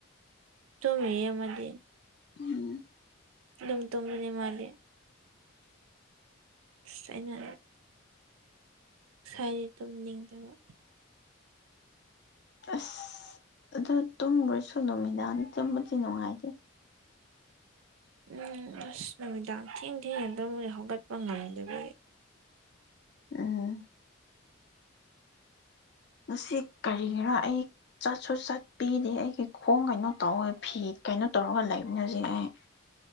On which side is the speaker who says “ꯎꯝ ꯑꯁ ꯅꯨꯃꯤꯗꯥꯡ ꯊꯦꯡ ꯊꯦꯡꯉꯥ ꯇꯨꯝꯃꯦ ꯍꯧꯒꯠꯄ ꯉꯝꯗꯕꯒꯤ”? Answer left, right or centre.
Right